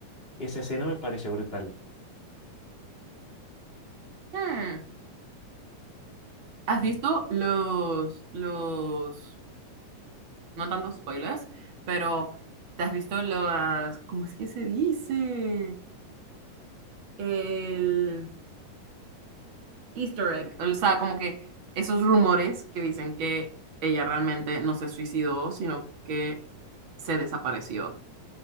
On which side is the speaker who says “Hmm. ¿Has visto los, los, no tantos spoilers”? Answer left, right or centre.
Right